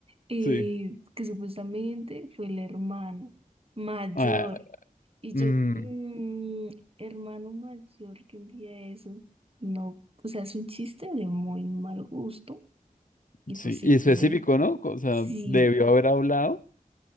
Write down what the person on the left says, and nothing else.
Sí.
Ah,
mm,
Sí,
y
específico,
¿no? O sea,
debió haber hablado